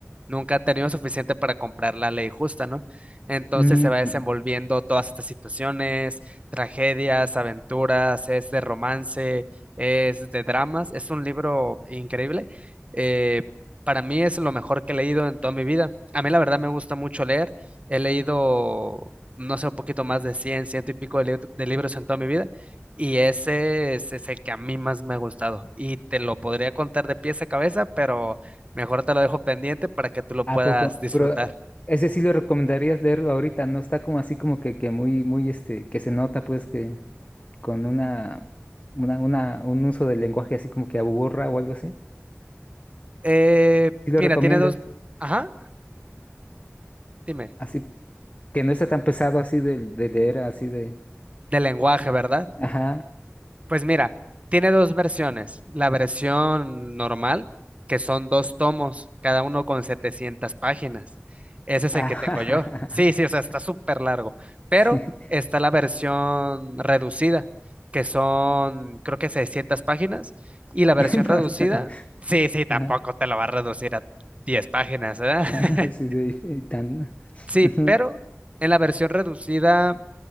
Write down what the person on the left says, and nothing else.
Mm,
ujú.
¿a
poco?
Pero ese sí lo recomendarías leer ahorita, no está como así como que, que muy, muy, este, que se nota pues que. con una, una, una- un uso del lenguaje así como que aburra o algo así.
¿Sí lo
recomiendas?
Así que no está tan pesado así de, de leer, así de...
Ajá.
Ajá.
<laughs>
Sí.
<laughs>
No está-
Ajá.
ajá, Así de... y Tan... <laughs>
ujú,